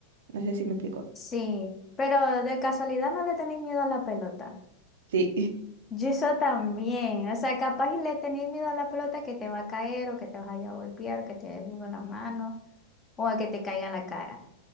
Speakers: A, on the right; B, on the left.
A: No sé si me explico.
B: Sí, pero de casualidad no le tenéis miedo a la pelota.
A: Sí.
B: Yo eso también, o sea, capaz y le tenéis miedo a la pelota que te va a caer o que te vas a ir a golpear o que te des con la mano o a que te caiga a la cara.